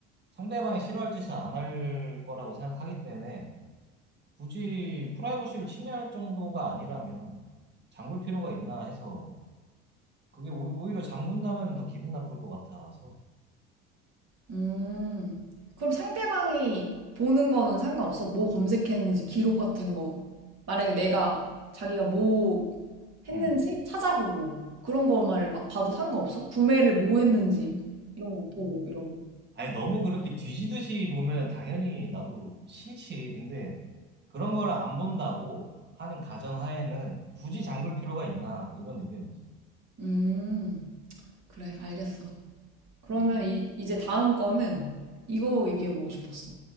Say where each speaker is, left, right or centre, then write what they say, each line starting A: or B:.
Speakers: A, on the right (about 30°); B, on the right (about 50°).
A: 상대방이 싫어할 짓을 안 할 거라고 생각하기 때문에, 굳이 프라이버시를 침해할 정도가 아니라면, 잠글 필요가 있나 해서 그게 오- 오히려 장군다면 더 기분 나쁠 것 같아서.
B: 음, 그럼 상대방이 보는 거는 상관없어? 뭐 검색했는지 기록 같은 거. 만약에 내가 자기가 뭐 했는지
A: 응.
B: 찾아보고 그런 것만 막 봐도 상관없어? 구매를 뭐 했는지 이런 거 보고 이러면.
A: 아니, 너무 그렇게 뒤지듯이 보면 당연히 나도 싫지. 근데 그런 거를 안 본다고 하는 가정하에는 굳이 잠글 필요가 있나, 이런 의견이지.
B: 음, 그래, 알겠어. 그러면
A: 응.
B: 이, 이제 다음 거는 이거 얘기해보고 싶었어.